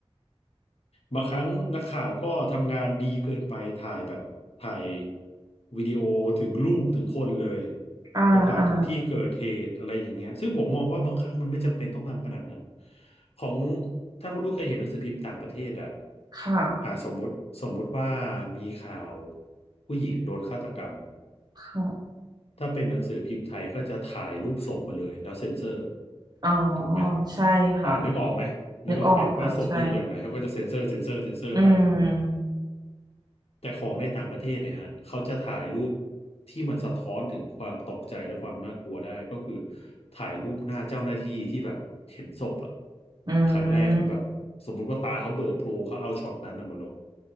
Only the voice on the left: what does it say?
บางครั้งนักข่าวก็ทำงานดีเกินไปถ่ายแบบถ่ายวิดีโอถึงลูกถึงคนเลย
ไปถ่ายถึงที่เกิดเหตุอะไรอย่างเงี้ยซึ่งผมมองว่าบางครั้งมันไม่จำเป็นต้องทำขนาดนั้นของถ้าคุณลูกเคยเห็นหนังสือพิมพ์ต่างประเทศอ่ะ
อ่าสมมุติสมมุติว่ามีข่าวผู้หญิงโดนฆาตกรรม
ถ้าเป็นหนังสือพิมพ์ไทยก็จะถ่ายรูปศพมาเลยแล้วเซ็นเซอร์
ถูกไหม
อ่านึกออกไหมนึกออกไหมว่าศพอยู่อย่างไหนเขาก็จะเซ็นเซอร์เซ็นเซอร์เซ็นเซอร์ไป
แต่ของในต่างประเทศเนี่ยฮะเขาจะถ่ายรูปที่มันสะท้อนถึงความตกใจและความน่ากลัวได้ก็คือถ่ายรูปหน้าเจ้าหน้าที่ที่แบบเห็นศพอะ
ครั้งแรกคือแบบสมมุติว่าตาเขาเบิกโพลงเขาเอาช็อตนั้นน่ะมาลง